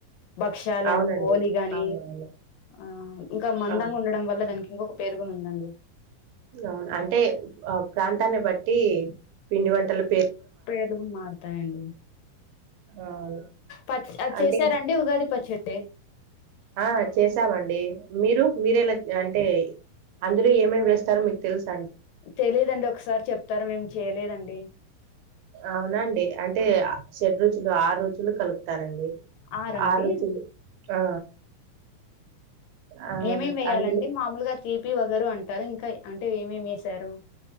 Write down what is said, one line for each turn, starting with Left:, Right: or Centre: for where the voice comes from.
Left: భక్షాలని
Right: అవునండి
Left: ఓలిగ ని
Right: అవునవును
Left: ఆ ఇంకా మందంగా
Right: అవును
Left: ఉండడం వల్ల దానికి ఇంకొక పేరు గూడా ఉందండి.
Right: అవును అంటే ఆ ప్రాంతాన్ని బట్టి పిండి వంటలు
Left: పేర్లు గూని మారతాయండి
Right: అవును
Left: పచ్చ్ అది
Right: అంటే
Left: చేశారా అండి ఉగాది పచ్చ టే
Right: ఆ చేసావండీ మీరు మీరేలా అంటే అందులో ఏమేమి వేస్తారో మీకు తెలుస్
Left: తెలీదండి ఒకసారి చెప్తార మేమ్ చేయలేదండి
Right: అవునాండి అంటే
Left: ఆ!
Right: షెడ్ రుచుల్ ఆర్ రుచులు కలుప్ తారండి
Left: ఆరా అండి?
Right: ఆ రుచులు ఆ ఆ
Left: ఏమేమ్ వేయాలండి
Right: అందులో
Left: మామూలుగ తీపి వగరు అంటారు ఇంకా అంటే ఏమేమి వేసారు